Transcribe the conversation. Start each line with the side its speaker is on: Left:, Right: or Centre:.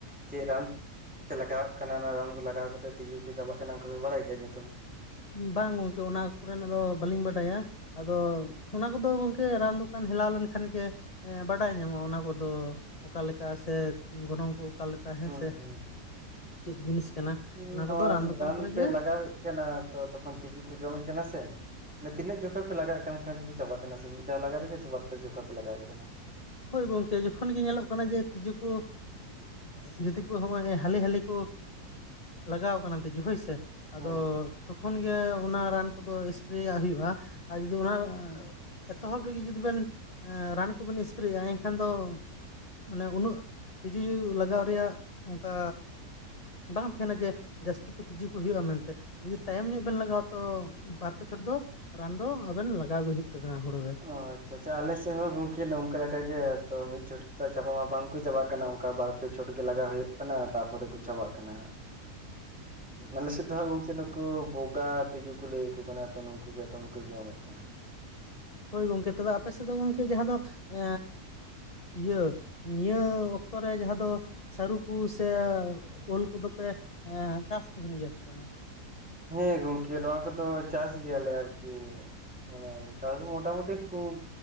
Centre: ᱪᱮᱫ ᱨᱟᱱ ᱯᱮ ᱞᱟᱜᱟᱣᱟᱜ ᱠᱟᱱᱟ ᱚᱱᱟ ᱨᱟᱱ ᱠᱚ ᱞᱟᱜᱟᱣ ᱠᱟᱛᱮᱫ ᱛᱤᱡᱩ ᱠᱚ ᱪᱟᱵᱟᱜ ᱠᱟᱱᱟ ᱚᱱᱠᱟ ᱵᱮᱱ ᱵᱟᱲᱟᱭ ᱜᱮᱭᱟ ᱧᱩᱛᱩᱢ
Left: ᱵᱟᱝ ᱜᱚᱝᱠᱮ ᱚᱱᱟ ᱠᱚᱨᱮᱱᱟᱜ ᱫᱚ ᱵᱟᱹᱞᱤᱧ ᱵᱟᱰᱟᱭᱟ ᱟᱫᱚ ᱚᱱᱟ ᱠᱚᱫᱚ ᱜᱚᱝᱠᱮ ᱨᱟᱱ ᱫᱚᱠᱟᱱ ᱦᱮᱞᱟᱣ ᱞᱮᱱᱠᱷᱟᱱ ᱜᱮ ᱵᱟᱰᱟᱭ ᱧᱟᱢᱚᱜᱼᱟ ᱚᱱᱟ ᱠᱚᱫᱚ ᱚᱠᱟᱞᱮᱠᱟ ᱥᱮ ᱜᱚᱱᱚᱝ ᱠᱚ ᱚᱠᱟᱞᱮᱠ ᱦᱮᱸ
Centre: ᱦᱩᱸ
Left: ᱥᱮ
Centre: ᱦᱩᱸ ᱦᱩᱸ
Left: ᱪᱮᱫ ᱡᱤᱱᱤᱥ ᱠᱟᱱᱟ
Centre: ᱠᱤ
Left: ᱚᱱᱟ
Centre: ᱱᱚᱣᱟ
Left: ᱠᱚᱫᱚ ᱨᱟᱱ ᱫᱚᱠᱟᱱ ᱠᱚᱨᱮ
Centre: ᱯᱮ
Left: ᱜᱮ
Centre: ᱞᱟᱜᱟᱣᱮᱫ ᱠᱟᱱᱟ ᱛᱚ ᱛᱚᱠᱷᱚᱱ ᱛᱤᱡᱩ ᱠᱚ ᱡᱚᱢᱮᱫ ᱠᱟᱱᱟ ᱥᱮ ᱢᱟᱱᱮ ᱛᱱᱟᱹᱜ ᱡᱚᱠᱷᱮᱡ ᱯᱮ ᱞᱟᱜᱟ ᱠᱟᱱ ᱠᱷᱟᱱ ᱜᱮ ᱠᱚ ᱪᱟᱵᱟᱜ ᱥᱮ ᱢᱤᱫᱷᱟᱣ ᱞᱟᱜᱟᱣᱟᱜᱮ ᱥᱮ ᱵᱟᱨ ᱯᱮ ᱡᱚᱠᱷᱟ ᱯᱮ ᱞᱟᱜᱟᱣᱮᱫ ᱠᱟᱱᱟ
Left: ᱦᱳᱭ ᱜᱚᱝᱠᱮ ᱡᱚᱠᱷᱚᱱ ᱜᱮ ᱧᱮᱞᱚᱜ ᱠᱟᱱᱟ ᱡᱮ ᱛᱤᱡᱩ ᱠᱚ ᱡᱩᱫᱤ ᱠᱚ ᱦᱚᱸᱜᱼᱚᱭ ᱦᱟᱹᱞᱤ ᱦᱟᱹᱞᱤ ᱠᱚ ᱞᱟᱜᱟᱣ ᱠᱟᱱᱟ ᱛᱤᱡᱩ ᱦᱳᱭ ᱥᱮ ᱟᱫᱚ
Centre: ᱦᱩᱸ
Left: ᱛᱚᱠᱷᱚᱱ ᱜᱮ ᱚᱱᱟ ᱨᱟᱱ ᱠᱚᱫᱚ ᱮᱯᱨᱮᱭᱟᱜ ᱦᱩᱭᱩᱜᱼᱟ ᱟᱨ ᱡᱩᱫᱤ ᱚᱱᱟ ᱮᱛᱚᱦᱚᱵ ᱨᱮᱜᱮ ᱡᱩᱫᱤ ᱵᱮᱱ ᱨᱟᱱ ᱠᱚᱵᱮᱱ ᱥᱯᱨᱮᱭᱟᱜᱼᱟ ᱮᱱᱠᱷᱟᱱ ᱫᱚ ᱢᱟᱱᱮ ᱩᱱᱟᱹᱜ ᱛᱤᱡᱩ ᱞᱟᱜᱟᱣ ᱨᱮᱭᱟᱜ ᱚᱱᱠᱟ ᱵᱟᱝ ᱛᱟᱦᱮᱸᱱᱟ ᱡᱮ ᱡᱟᱹᱥᱛᱤ ᱠᱚ ᱛᱤᱡᱩ ᱠᱚ ᱦᱩᱭᱩᱜᱼᱟ ᱢᱮᱱᱛᱮ ᱡᱩᱫᱤ ᱛᱟᱭᱚᱢ ᱧᱚᱜ ᱵᱮᱱ ᱞᱟᱜᱟᱣᱟ ᱛᱚ ᱵᱟᱨ ᱯᱮ ᱪᱷᱚᱴ ᱫᱚ ᱨᱟᱱ ᱫᱚ ᱟᱵᱮᱱ ᱞᱟᱜᱟᱣ ᱜᱮ ᱦᱩᱭᱩᱜ ᱛᱟᱵᱮᱱᱟ ᱦᱩᱲᱩ ᱨᱮ
Centre: ᱚ ᱟᱪᱪᱷᱟ ᱟᱪᱪᱷᱟ ᱟᱞᱮᱥᱮᱫ ᱦᱚᱸ ᱜᱚᱝᱠᱮ ᱱᱚᱝᱠᱟ ᱞᱮᱠᱟ ᱜᱮ ᱛᱚ ᱢᱤᱫ ᱡᱷᱚᱴᱟ ᱪᱟᱵᱟ ᱢᱟ ᱵᱟᱝᱠᱚ ᱪᱟᱵᱟᱜ ᱠᱟᱱᱟ ᱚᱱᱠᱟ ᱵᱟ ᱯᱮ ᱪᱷᱚᱴ ᱜᱮ ᱞᱟᱜᱟᱣ ᱦᱩᱭᱩᱜ ᱠᱟᱱᱟ ᱛᱟᱨᱯᱚᱨᱮ ᱠᱚ ᱪᱟᱵᱟᱜ ᱠᱟᱱᱟ ᱦᱟᱸ ᱟᱞᱮ ᱥᱮᱫ ᱫᱚ ᱦᱟᱜ ᱜᱚᱝᱠᱮ ᱱᱩᱠᱩ ᱵᱚᱜᱟ ᱛᱤᱡᱩ ᱠᱚ ᱞᱟᱹᱭ ᱟᱠᱚ ᱠᱟᱱᱟ ᱛᱚ ᱱᱩᱠᱩ ᱜᱮ ᱫᱚᱢᱮ ᱠᱚ ᱡᱚᱢᱮᱫ ᱠᱟᱱᱟ
Left: ᱦᱳᱭ ᱜᱚᱝᱠᱮ ᱛᱚᱵᱮ ᱟᱯᱮ ᱥᱮᱫ ᱫᱚ ᱜᱚᱢᱠᱮ ᱡᱟᱦᱟᱸ ᱫᱚ ᱮ ᱤᱭᱟᱹ ᱱᱤᱭᱟᱹ ᱚᱠᱛᱚ ᱨᱮ ᱡᱟᱦᱟᱸ ᱫᱚ ᱥᱟᱹᱨᱩ ᱠᱚ ᱥᱮ ᱳᱞ ᱠᱚᱫᱚ ᱯᱮ ᱦᱮᱸ ᱪᱟᱥ ᱛᱟᱦᱮᱸᱱ ᱜᱮᱭᱟ ᱥᱮ ᱵᱟᱝᱟ
Centre: ᱦᱮᱸ ᱜᱚᱝᱠᱮ ᱱᱚᱣᱟ ᱠᱚᱫᱚ ᱪᱟᱥ ᱜᱮᱭᱟᱞᱮ ᱟᱨᱠᱤ ᱢᱟᱱᱮ ᱪᱟᱥ ᱫᱚ ᱢᱳᱴᱟᱢᱩᱴᱤ ᱠᱷᱩᱵ